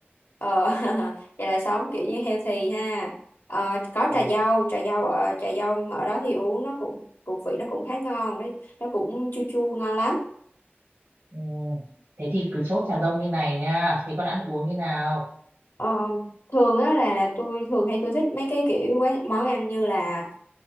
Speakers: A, on the left; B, on the right.
A: Ờ, <laughs> vậy là sống kiểu như healthy ha. Ờ, có
B: Đúng.
A: trà dâu, trà dâu ở trà dâu ở đó thì uống nó cũng cũng vị nó cũng khá ngon đấy, nó cũng chua chua ngon lắm.
B: Ừ. Thế thì cứ chốt trà dâu như này nha, thế còn ăn uống như nào?
A: Ờ, thường á là tôi thường hay tôi thích mấy cái kiểu quán món ăn như là